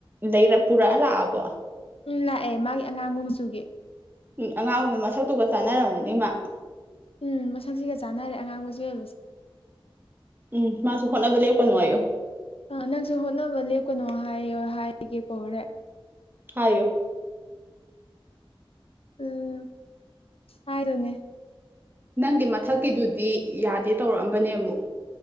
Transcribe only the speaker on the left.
ꯎꯝ ꯂꯥꯛꯑꯦ ꯃꯥꯒꯤ ꯑꯉꯥꯡꯕ ꯃꯆꯨꯒꯤ
ꯎꯝ ꯃꯁꯛꯁꯤꯒ ꯆꯥꯟꯅꯔꯦ ꯑꯉꯥꯡꯕꯁꯤꯒ ꯑꯣꯏꯕꯁꯦ
ꯑ ꯅꯪꯁꯨ ꯍꯣꯠꯅꯕ ꯂꯦꯞꯀꯅꯣ ꯍꯥꯏꯌꯣ ꯍꯥꯏꯒꯦꯀꯣ ꯍꯣꯔꯦꯟ
ꯎꯝ ꯍꯥꯏꯗꯣꯏꯅꯦ